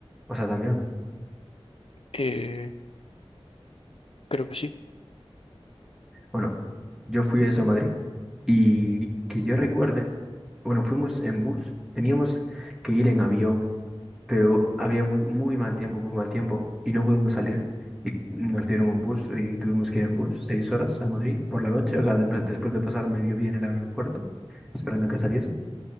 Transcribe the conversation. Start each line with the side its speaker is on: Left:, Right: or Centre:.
Centre: O sea, también.
Left: Eh, creo que sí.
Centre: Bueno, yo fui eso a Madrid y que yo recuerde, bueno, fuimos en bus, teníamos que ir en avión, pero había muy, muy mal tiempo, muy mal tiempo y no pudimos salir. Y nos dieron un bus y tuvimos que ir en bus seis horas a Madrid por la noche, o sea, de- después de pasar mediodía en el aeropuerto, esperando a que saliese.